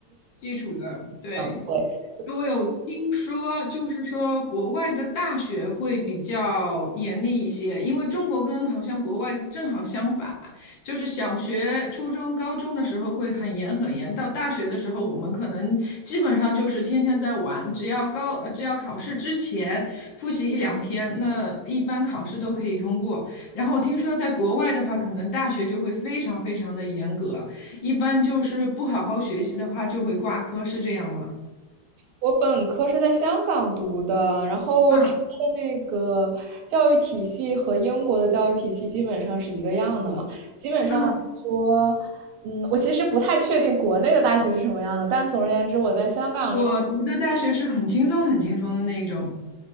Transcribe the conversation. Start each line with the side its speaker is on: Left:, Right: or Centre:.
Left: 基础的，对。
Right: 对
Left: 我有听说，就是说国外的大学会比较严厉一些，因为中国跟好像国外正好相反，就是小学、初中、高中的时候会很严很严，到大学的时候我们可能基本上就是天天在玩，只要高，呃只要考试之前复习一两天，那一般考试都可以通过。然后我听说在国外的话，可能大学就会非常非常的严格，一般就是不好好学习的话就会挂科，是这样吗？
Right: 我本科是在香港读的，然后它的那个教育体系和英国的教育体系基本上是一个样的嘛。
Left: 啊。
Right: 基本上来说，
Left: 嗯，
Right: 嗯，我其实不太确定国内的大学是什么样的，但总而言之，我在香港上，
Left: 我读的大学是很轻松、很轻松的那一种，